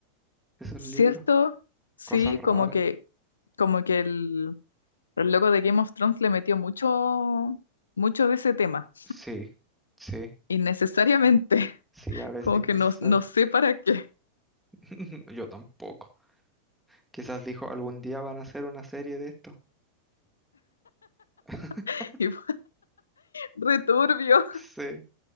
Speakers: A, in the centre; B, on the left (about 70°).
A: esos
B: ¿Cierto?
A: libros.
B: Sí,
A: Cosas raras.
B: como que, como que el, el loco de Game of Thrones le metió mucho, mucho de ese tema,
A: Sí, sí,
B: innecesariamente. <laughs>
A: sí, a veces
B: Como
A: innecesario.
B: que no, no sé para qué.
A: <laughs> Yo tampoco. Quizás dijo, algún día van a hacer una serie de esto. <laughs>
B: <laughs> Y fue re
A: Sí,